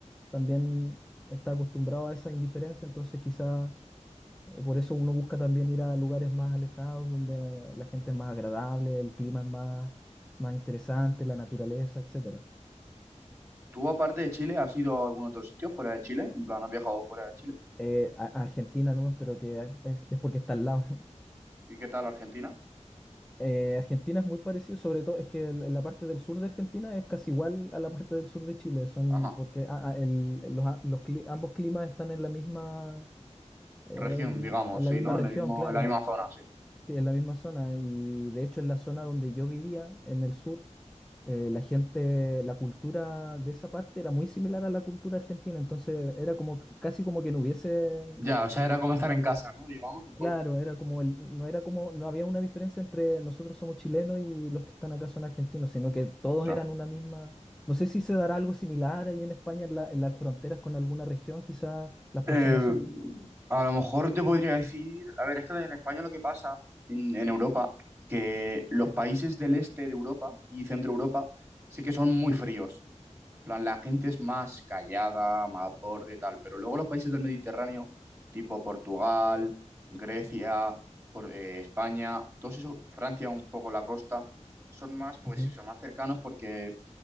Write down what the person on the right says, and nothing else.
¿Tú, aparte de Chile, has ido a algún otro sitio fuera de Chile? En plan, ¿has viajado fuera de Chile?
¿Y qué tal Argentina?
Ajá.
Región, digamos,
sí,
¿no?
En el mismo,
en la misma zona, sí.
Ya, o sea, era como estar en casa, ¿no? Digamos, un
poco.
Ya.
Eh,
a lo mejor te podría decir, a ver, es que en España lo que pasa, en, en Europa, que los países del este de Europa y centro Europa sí que son muy fríos. En plan, la gente es más callada, más borde, tal, pero luego los países del Mediterráneo, tipo Portugal, Grecia, por- eh, España, todos esos, Francia un poco la costa, son más, pues
eso, más cercanos porque